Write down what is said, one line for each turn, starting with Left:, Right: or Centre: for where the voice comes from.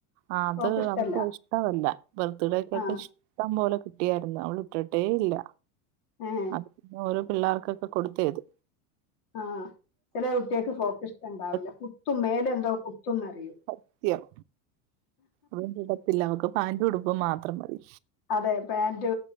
Right: ആ
Left: ഫ്രോക്ക്
Right: ത്
Left: ഇഷ്ടല്ല
Right: അവക്കിഷ് ഇഷ്ടവല്ല ബർത്ത്ഡേക്കൊക്കെ
Left: ആ
Right: ഇഷ്ടം പോലെ കിട്ടിയായിരുന്നു അവള് ഇട്ടിട്ടേ ഇല്ല.
Left: ഏ
Right: അത് പിന്നെ ഓരോ പിള്ളേർക്കൊക്കെ കൊടുത്തേത്.
Left: ആഹ്‌ ചെല കുട്ട്യേക്ക് ഫ്രോക്ക് ഇഷ്ടം ഉണ്ടാവില്ല
Right: കുത്തിയോ
Left: കുത്തും മേലെന്തോ കുത്തുംന്നറിയും.
Right: സത്യം അതൊന്നും ഇടത്തില്ല അവക്ക് പാന്റും ഉടുപ്പും മാത്രം മതി.
Left: അതെ പാന്റ്